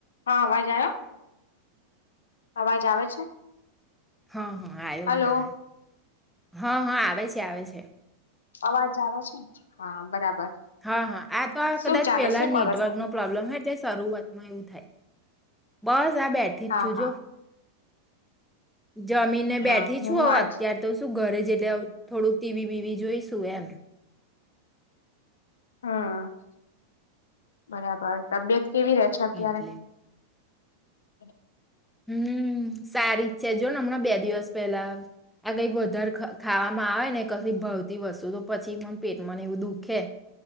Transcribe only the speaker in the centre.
હા, હા, આવ્યું.
હમણાં આવ્યુ. હા, હા, આવે છે, આવે છે.
હા, હા, આ તો આ
કદાચ
પહેલા
નેટવર્ક
નો પ્રોબ્લેમ હતો. શરૂઆતમાં એવું થાય. બસ, આ બેઠી
જ છું
જો. જમીને
બેઠી
છું હવે,
અત્યારે તો શું ઘરે જઈને. થોડું ટીવી બીવી જોઈશું એમ.
એટલે.
હમ. સારી જ છે જો ને. હમણાં બે દિવસ પહેલા આ કંઈક વધારે ખાવામાં આવે ને. તી વસ્તુ તો પછી મને પેટમાંને એવું દુઃખે